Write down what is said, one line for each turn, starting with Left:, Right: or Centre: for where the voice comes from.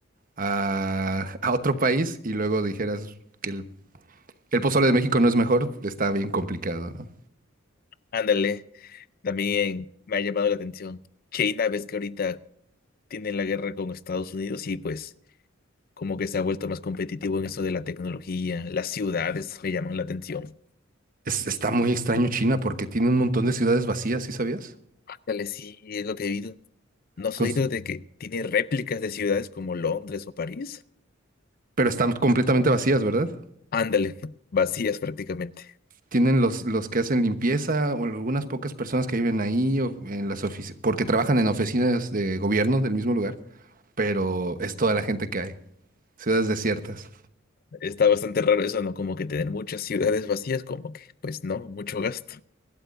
Right: a, a otro país y luego dijeras que el, el pozole de México no es mejor, está bien complicado, ¿no?
Left: Ándale, también me ha llamado la atención. China, ves que ahorita tiene la guerra con Estados Unidos y pues como que se ha vuelto más competitivo en eso de la tecnología, las ciudades me llaman la atención.
Right: Es- está muy extraño China porque tiene un montón de ciudades vacías, ¿sí sabías?
Left: Dale, sí, es lo que he oído. ¿No has
Right: Cons-
Left: oído de que tiene réplicas de ciudades como Londres o París?
Right: pero están completamente vacías, ¿verdad?
Left: Ándale, <laughs> vacías prácticamente.
Right: Tienen los, los que hacen limpieza o algunas pocas personas que viven ahí o en las oficinas, porque trabajan en oficinas de gobierno del mismo lugar, pero es toda la gente que hay, ciudades desiertas.
Left: Está bastante raro eso, ¿no? Como que tener muchas ciudades vacías, como que, pues no, mucho gasto.